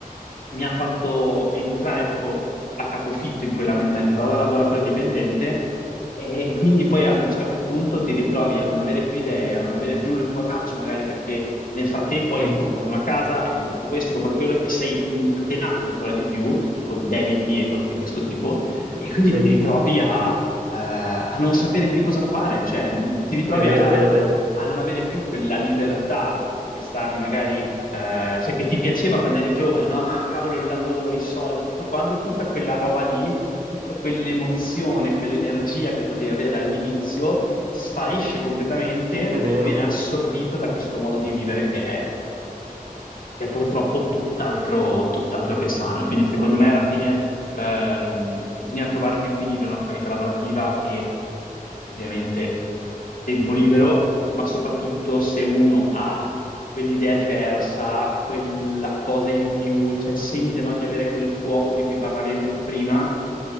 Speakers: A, on the left; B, on the right.
A: mi ha fatto entrare proprio a capofitto in quella mentalità da lavoratore dipendente e quindi poi a un certo punto ti ritrovi a non avere più idee, a non avere più il coraggio magari perché nel frattempo hai
B: Sì,
A: comprato una casa, hai comprato questo, hai comprato quello, ti sei incatenato ancora di più con debiti e cose di questo tipo e quindi
B: sì.
A: ti ritrovi a, eh, a non sapere più cosa fare, cioè ti ritrovi
B: No, è vero,
A: a a-
B: è vero, è vero.
A: a non avere più quella libertà che stavi magari eh, cioè che ti piaceva quando eri giovane, no? Ah, cavolo, il lavoro, i soldi, tutto quanto, tutta quella roba lì, tutta quell'emozione, quell'energia che potevi avere all'inizio, sparisce completamente
B: È vero.
A: e viene assorbita da questo modo di vivere che è che è purtroppo tutt'altro tutt'altro che sano. E quindi secondo me alla fine ehm, bisogna trovare un equilibrio, no, tra vita lavorativa e ovviamente tempo libero, ma soprattutto se uno ha quell'idea diversa, quella cosa in più, cioè sente, no, di avere quel fuoco di cui parlavi anche tu prima,